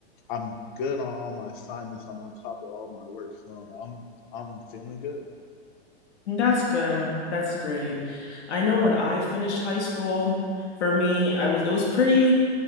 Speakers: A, on the left; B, on the left.
A: I'm good on all my assignments. I'm on top of all my work, so I'm I'm feeling good.
B: That's good. That's great. I know when I finished high school, for me, I was it was pretty